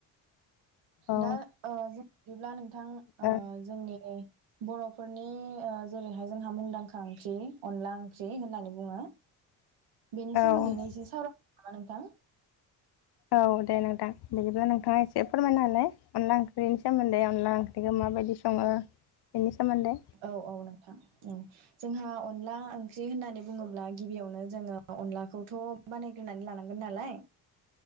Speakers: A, on the left; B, on the right.
A: ओ
B: दा ओ जों बिदिब्ला नोंथां ओ
A: औ
B: जोंनि बर'फोरनि ओ जेरैहाय जोंह मुंदांखा ओंख्रि अनला ओंख्रि होननानै बुङो बेनि
A: औ
B: सोमोन्दै एसे सावराय नामा नोंथां
A: औ दे नोंथां बिदिब्ला नोंथाङा एसे फोरमायनानै अनला ओंख्रिनि सोमोन्दै अनला ओंख्रिखौ माबायदि सङो बेनि सोमोन्दै
B: औ औ नोंथां। औ जोंहा अनला ओंख्रि होननानै बुङोब्ला गिबियावनो जोङो अनलाखौथ' बानायग्रोनानै लानांगोन नालाय।